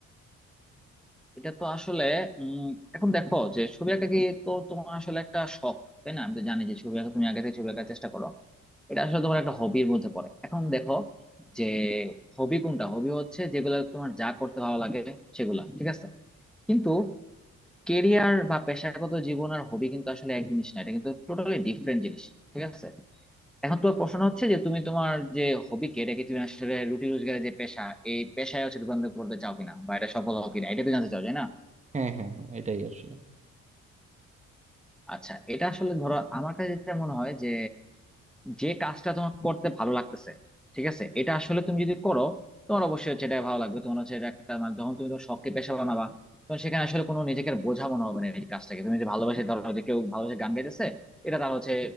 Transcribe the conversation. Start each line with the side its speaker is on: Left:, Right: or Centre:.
Centre: এটা তো আসলে উম এখন দেখো যে ছবি আঁকা কি তো তোমার আসলে একটা শখ তাই না আমি তো জানি যে ছবি আঁকা তুমি আগে থেকে ছবি আঁকার চেষ্টা করো এটা আসলে তোমার একটা হবির মধ্যে পড়ে এখন দেখো যে হবি কোনটা হবি হচ্ছে যেগুলো তোমার যা করতে ভালো লাগে সেগুলা ঠিক আছে কিন্তু কেরিয়ার বা পেশাগত জীবন আর হবি কিন্তু আসলে এক জিনিস না এটা কিন্তু টোটালি ডিফারেন্ট জিনিস ঠিক আছে এখন তোমার প্রশ্ন হচ্ছে যে তুমি তোমার যে হবিকে এটাকে তুমি আসলে রুটি রোজগারের যে পেশা এই পেশায় হচ্ছে রূপান্তর করতে চাও কিনা বা এটা সফল হও কিনা এটা তো জানতে চাও তাই না
Right: হ্যাঁ হ্যাঁ হ্যাঁ এটাই আসলে
Centre: আচ্ছা এটা আসলে ধরো আমার কাছে যেটা মনে হয় যে যে কাজটা তোমার করতে ভালো লাগতেছে ঠিক আছে এটা আসলে তুমি যদি করো তোমার অবশ্যই হচ্ছে এটা ভালো লাগবে তোমার হচ্ছে এটা একটা মানে যখন তুমি তোমার শখকে পেশা বানাবা তখন সেখানে আসলে কোনো নিজেকে আর বোঝা মনে হবে না এই কাজটাকে তুমি যে ভালোবাসে ধরো যে কেউ ভালোবাসে গান গাইতেছে এটা তার হচ্ছে